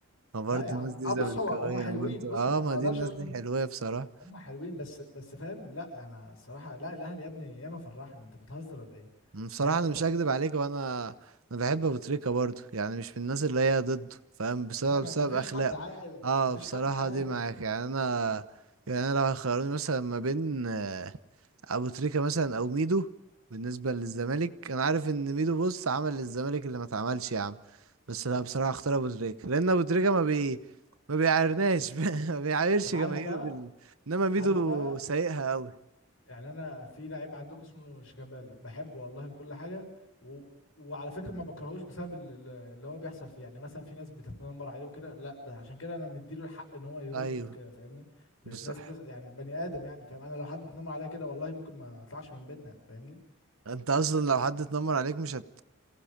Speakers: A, on the right; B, on the left.
A: ما برضه
B: لا يا عم
A: الناس دي
B: اه
A: زملكاوية
B: بص هو هم حلوين
A: برضه
B: بص
A: اه
B: هم
A: ما
B: ما اقدرش
A: دي الناس
B: اقول
A: دي حلوة بصراحة
B: هم حلوين بس بس فاهم لا انا الصراحه لا الاهلي يا ابني ياما فرحنا انت بتهزر ولا ايه
A: أمم، بصراحة
B: يعني
A: انا
B: انت
A: مش هكدب عليك وانا انا بحب ابو تريكة برضه يعني مش من الناس اللي هي ضده فاهم بسبب
B: لا ما
A: بسبب
B: ما فيش
A: اخلاقه
B: حد عاقل
A: اه
B: ما فيش
A: بصراحة
B: حد عاقل
A: دي معاك يعني انا يعني انا لو هيخيروني مثلا ما بين ابو تريكة مثلا او ميدو بالنسبة للزمالك انا عارف ان ميدو بص عمل للزمالك اللي ما اتعملش يا عم بس لا بصراحة اختار ابو تريكة لان ابو تريكة ما بي ما بيعايرناش <laughs> ما بيعايرش
B: طب عارف
A: جماهيره
B: بقى
A: بال انما ميدو
B: عارف بقى
A: سايقها قوي
B: يعني انا في لعيب عندكم اسمه شيكابالا بحبه والله بكل حاجه و... وعلى فكره ما بكرهوش بسبب ال- ال- اللي هو بيحصل فيه يعني مثلا في ناس بتتنمر عليه وكده لا بس عشان كده انا مديله الحق ان هو يرد
A: ايوه
B: وكده فاهمني ب-
A: بصح
B: الناس بتس... يعني بني ادم يعني فاهم انا لو حد بيتنمر عليا كده والله ممكن ما اطلعش من بيتنا فاهمني
A: انت اصلا لو حد اتنمر عليك مش هت